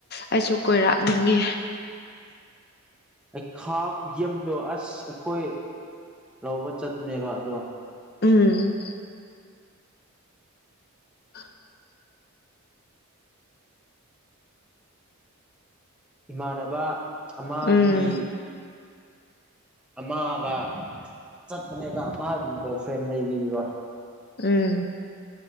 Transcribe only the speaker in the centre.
ꯍꯩꯈꯥ ꯈꯨꯌꯝꯗꯣ ꯑꯁ ꯑꯩꯈꯣꯏ ꯂꯧꯕ ꯆꯠꯄꯅꯦꯕ ꯑꯗꯣ
ꯏꯃꯥꯟꯅꯕ ꯑꯃ
ꯅꯨꯄꯤ ꯑꯃꯒ ꯆꯠꯄꯅꯦꯕ ꯃꯥꯒꯤ ꯒ ꯐ꯭ꯔꯦꯟ ꯂꯩꯕꯤꯕꯣ